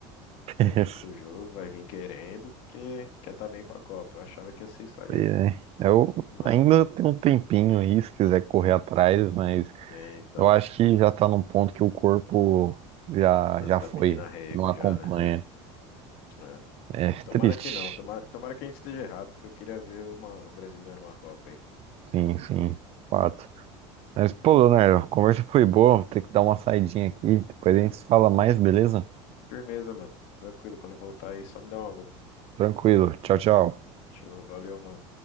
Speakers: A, on the right; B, on the left.
A: <laughs>
B: Vai vir pro jogo, vai vir querendo, porque quer tá bem pra Copa. Eu achava que ia ser isso aí.
A: É, eu
B: Mas,
A: ainda tenho um tempinho aí, se quiser correr atrás, mas
B: né, então,
A: eu acho que já tá num ponto que o corpo já,
B: o corpo
A: já
B: tá
A: foi,
B: pedindo arrego
A: não acompanha.
B: já, né? É, é.
A: É
B: Tomara
A: triste.
B: que não, tomara, tomara que a gente esteja errado, porque eu queria ver uma- o Brasil ganhando uma Copa aí.
A: Sim, sim, fato. Mas, pô, Leonardo, a conversa foi boa. Vou ter que dar uma saidinha aqui. Depois a gente se fala mais, beleza?
B: Firmeza, mano. Tranquilo, quando voltar aí, só me dá um alô.
A: Tranquilo. Tchau, tchau.
B: Show, valeu, mano.